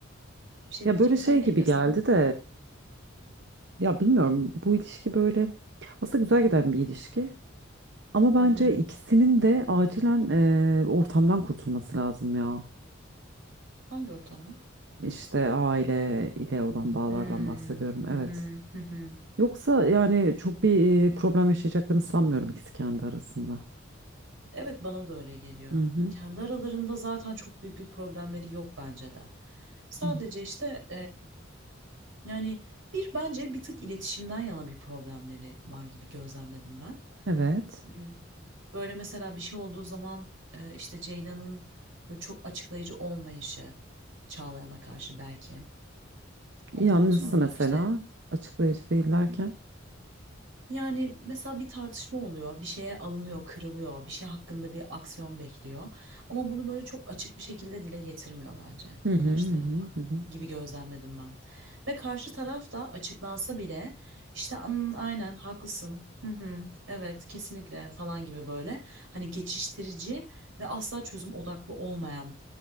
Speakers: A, on the right; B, on the right.
A: bir şey
B: ya
A: diyeceksen
B: böyle şey
A: eklesen.
B: gibi geldi de e, ya bilmiyorum bu ilişki böyle aslında güzel giden bir ilişki ama bence
A: Hı hı.
B: ikisinin de acilen e, ortamdan kurtulması lazım ya.
A: Hangi ortam ya?
B: İşte aile ile olan bağlardan
A: Hmm,
B: bahsediyorum evet.
A: Hı hı. Hı hı.
B: Yoksa yani çok bir e, problem yaşayacaklarını sanmıyorum ikisi kendi arasında.
A: Evet bana da öyle geliyor.
B: Hı hı.
A: Kendi aralarında zaten çok büyük bir problemleri yok bence de. Sadece
B: Hı. hı.
A: işte Yani bir bence bir tık iletişimden yana bir problemleri var gibi gözlemledim ben.
B: Evet.
A: Hmm, Böyle mesela bir şey olduğu zaman e, işte Ceylan'ın böyle çok açıklayıcı olmayışı Çağlayan'a karşı belki.
B: Yalnızsa
A: Ondan sonra
B: mesela
A: işte
B: açıklayıcı değillerken.
A: Yani mesela bir tartışma oluyor, bir şeye alınıyor, kırılıyor, bir şey hakkında bir aksiyon bekliyor. Ama bunu böyle çok açık bir şekilde dile getirmiyor bence
B: Hı hı
A: karşı
B: hı
A: tarafa
B: hı. hı hı.
A: gibi gözlemledim ben. Ve karşı taraf da açıklansa bile işte "Hmm, aynen haklısın, hı hı, evet kesinlikle falan gibi böyle hani geçiştirici ve asla çözüm odaklı olmayan